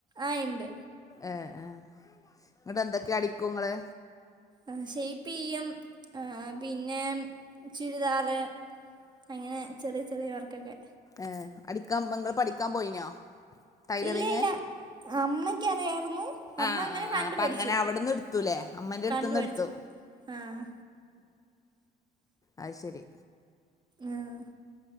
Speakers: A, on the right; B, on the left.
A: ആഹ് ഇണ്ട്.
B: ഏഹ് എഹ് ഇങ്ങട്ട് എന്തൊക്കെ അടിക്കും ങ്ങള്
A: എഹ് ഷേപ്പ്യ്യും ആഹ് പിന്നെ ചുരിദാറ് അങ്ങനെ ചെറിയ ചെറിയ വർക്കൊക്കെ
B: ഏഹ് അടിക്കാൻ മ ങ്ങൾ പഠിക്കാൻ പോയിനോ? ടൈലറിങ്
A: ഇല്ല ഇല്ല അമ്മയ്ക്ക് അറിയായിരുന്നു. അപ്പോ
B: ആഹ്
A: അങ്ങനെ
B: ആഹ്
A: കണ്ടുപഠിച്ചു
B: ആഹ് അപ്പം അങ്ങനെ അവിടുന്ന് എടുത്തൂല്ലേ അമ്മേൻ്റെ
A: കണ്ടുപഠിച്ചു.
B: അടുത്തുന്ന് എടുത്തു
A: ആഹ്
B: അഹ് ശരി
A: ഏഹ്